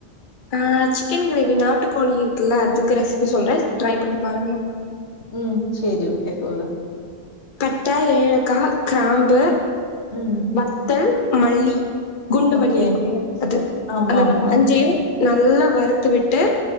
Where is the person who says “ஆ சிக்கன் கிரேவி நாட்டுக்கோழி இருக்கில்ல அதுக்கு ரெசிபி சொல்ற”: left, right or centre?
Left